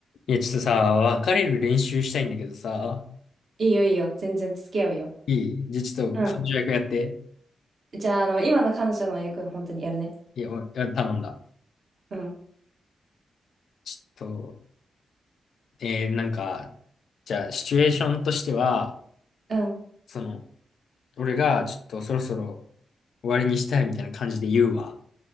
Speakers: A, on the left; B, on the right.
A: いや、ちょっとさ、別れる練習したいんだけどさ、
B: いいよいいよ。全然付き合うよ。
A: いいじゃあちょっと、
B: うん。
A: 彼女役やって。
B: じゃあ、あの、今の彼女の役、本当にやるね。
A: いや、お頼んだ。
B: うん。
A: ちょっと、えー、なんか、じゃあ、シチュエーションとしては、
B: うん。
A: その、俺が、ちょっと、そろそろ終わりにしたいみたいな感じで言うわ。